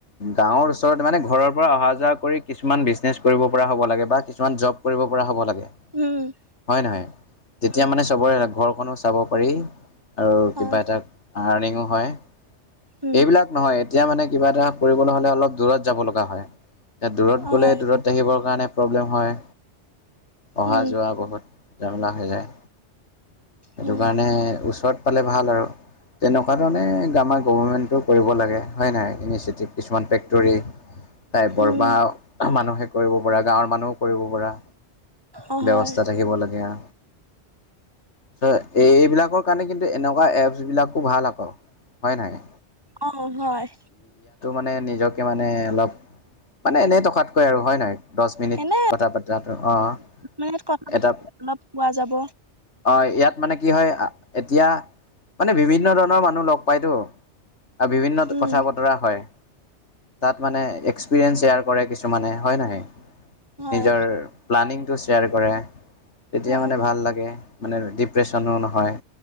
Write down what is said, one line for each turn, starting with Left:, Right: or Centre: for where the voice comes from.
Left: গাঁৱৰ ওচৰত মানে ঘৰৰ পৰা অহা যোৱা কৰি কিছুমান বিজনেছ কৰিব পৰা হ'ব লাগে বা কিছুমান জব কৰিব পৰা হ'ব লাগে
Right: উম
Left: হয় নহয়? তেতিয়া
Right: উম
Left: মানে চবৰে ঘৰখনো চাব পাৰি। আৰু কিবা
Right: হয়
Left: এটা আৰ্নিঙো হয়,
Right: উম
Left: এইবিলাক নহয় এতিয়া মানে কিবা এটা কৰিবলৈ হ'লে অলপ দূৰত যাব লগা হয়, এতিয়া দূৰত
Right: অ
Left: গ'লে
Right: হয়
Left: দূৰত আহিবৰ কাৰণে হ প্ৰব্লেম হয়, অহা
Right: উম
Left: যোৱা বহুত জামেলা হৈ যায়। সেইটো
Right: উম
Left: কাৰণে ওচৰত পালে ভাল আৰু, তেনেকোৱা ধৰণে গামা গভমেণ্টো কৰিব লাগে হয় নাই ইনিচিতি কিছুমান ফেক্টৰী তাই বৰবা
Right: উম
Left: মানুহে কৰিব পৰা গাঁৱৰ মানুহেও কৰিব পৰা
Right: অ হয়
Left: ব্যৱস্থা থাকিব লাগে। চ এই এইবিলাকৰ কাৰণে কিন্তু এনেকোৱা এপচ বিলাকো ভাল আকৌ হয় নাই
Right: অহ হয়।
Left: তে নিজকে মানে অলপ, মানে এনেই থকাতকৈ আৰু হয় নাই? দশ মিনিট
Right: এনে
Left: কথা পতাটো অহ
Right: মিনিট কথা
Left: এটা
Right: অলপ পোৱা যাব
Left: অ ইয়াত মানে কি হয়, আ এতিয়া মানে বিভিন্ন ধৰণৰ মানুহ লগ পাইতো আৰু বিভিন্ন
Right: উম
Left: কথা বতৰা হয় তাত মানে এক্স এক্সপিৰিয়েঞ্চ শ্বেয়াৰ কৰে কিছুমানে হয় নহয়?
Right: হয়
Left: নিজৰ প্লানিং তো শ্বেয়াৰ কৰে, তেতিয়া
Right: হয়
Left: মান ভাল লাগে মানে ডিপ্ৰেচনো নহয়।